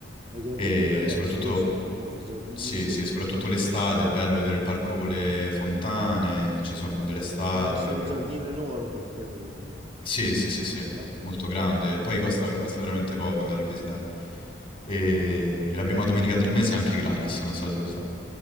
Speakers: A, on the right; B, on the left.
A: E i giardini
B: E
A: di Villa d'Este,
B: soprattutto,
A: quelli sono famosi. Giardini,
B: sì, sì,
A: sì.
B: soprattutto l'estate
A: Lo se-
B: è bello vedere il parco con le fontane, ci sono delle statue.
A: Cioè, deve essere
B: col-
A: un giardino enorme praticamente, quindi.
B: Sì, sì, sì, sì,
A: Ok,
B: molto
A: ok,
B: grande. Poi costa, costa veramente poco andare a visitare. E la prima domenica del mese è anche gratis, non so se lo sai.